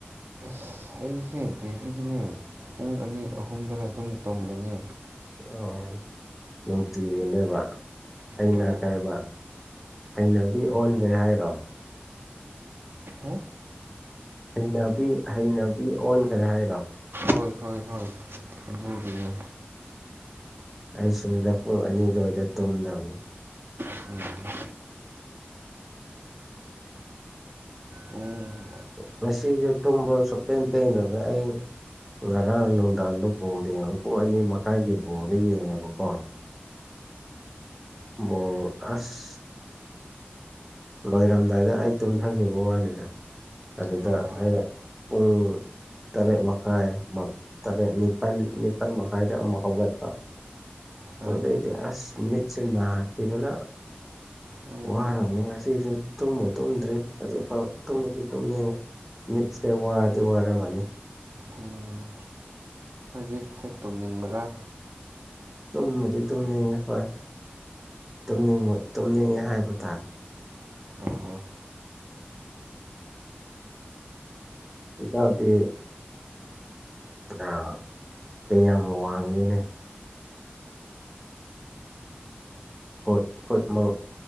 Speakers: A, on the right; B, in the centre.
A: ꯁ ꯑꯩꯁꯦ ꯗꯦꯂꯤꯒꯤꯅꯦ ꯄꯨꯡ ꯑꯅꯤ ꯑꯍꯨꯝꯗꯅ ꯑꯗꯨꯝ ꯇꯣꯝꯕꯅꯦ
B: ꯑꯣ ꯅꯨꯡꯇꯤꯒꯤꯅꯦꯕ ꯑꯩꯅꯥ
A: ꯍꯣꯏ
B: ꯀꯔꯤ ꯕ ꯍꯩꯅꯕꯤ ꯑꯣꯟꯒꯦ ꯍꯥꯏꯔꯣ
A: ꯍꯥ
B: ꯍꯩꯅꯕꯤ ꯍꯩꯅꯕꯤ ꯑꯣꯟꯈ꯭ꯔꯦ ꯍꯥꯏꯔꯣ꯫
A: ꯍꯣꯏ ꯍꯣꯏ ꯍꯣꯏ ꯑꯗꯨꯒꯤꯅꯦ
B: ꯑꯩ ꯁꯤꯗꯥ ꯄꯨꯡ ꯑꯅꯤ ꯑꯗꯨꯋꯥꯏꯗꯥ ꯇꯨꯝꯗꯕꯅꯤ
A: ꯎꯝ꯫ ꯎꯝ꯫
B: ꯉꯁꯤꯁꯨꯦ ꯇꯨꯝꯕ ꯁꯇꯦꯟ ꯇꯦꯟꯗ꯭ꯔꯦ ꯑꯩ ꯉꯔꯥꯡ ꯅꯨꯡꯗꯥꯡꯗ ꯕꯣꯔꯗ ꯌꯦꯡꯉꯕ ꯄꯨꯡ ꯑꯅꯤ ꯃꯈꯥꯏꯒꯤ ꯕꯣꯔꯗ ꯌꯦꯡꯉꯦꯕꯀꯣ ꯑꯣ ꯑꯁ꯫ ꯂꯣꯏꯔꯝꯗꯥꯏꯗ ꯑꯩ ꯇꯨꯝꯊꯈꯤꯕ ꯋꯥꯅꯤꯗ ꯑꯗꯨꯗ
A: ꯑꯥ
B: ꯑꯩ ꯄꯨꯡ ꯇꯔꯦꯠ ꯃꯈꯥꯏ ꯇꯔꯦꯠ ꯅꯤꯄꯥꯜ ꯅꯤꯄꯥꯜ ꯃꯈꯥꯏꯗ ꯑꯃꯨꯛ ꯍꯧꯒꯠꯄ꯫
A: ꯍꯣꯏ
B: ꯇꯧꯗꯩꯗꯤ ꯑꯁ ꯃꯤꯠꯁꯦ ꯅꯥꯔꯈꯤꯕꯅ
A: ꯎꯝ
B: ꯋꯥꯔꯕꯅꯤ ꯉꯥ ꯁꯤꯁꯨ ꯇꯨꯝꯕꯨ ꯇꯨꯝꯗ꯭ꯔꯦ ꯍꯧꯖꯤꯛꯐꯥꯎ ꯇꯨꯝꯕꯗꯤ ꯇꯨꯝꯅꯤꯡꯉꯦ꯫ ꯃꯤꯠꯁꯦ ꯋꯥꯗꯤ ꯋꯥꯔꯝꯃꯅꯤ꯫
A: ꯎꯝ ꯃꯤꯠ ꯁꯦ ꯇꯨꯝꯅꯤꯡꯕ꯭ꯔꯥ꯫
B: ꯇꯨꯝꯕꯗꯤ ꯇꯨꯝꯅꯤꯡꯉꯦ ꯍꯣꯏ ꯇꯨꯝꯅꯤꯡꯕ ꯇꯨꯝꯅꯤꯡꯉꯦ ꯍꯥꯏꯕ ꯇꯥꯔꯦ
A: ꯑꯥ
B: ꯏꯇꯧꯗꯤ ꯑ ꯀꯩꯌꯥꯝ ꯋꯥꯡꯒꯦꯅꯦ ꯐꯨꯠꯛ ꯇꯔꯨꯛ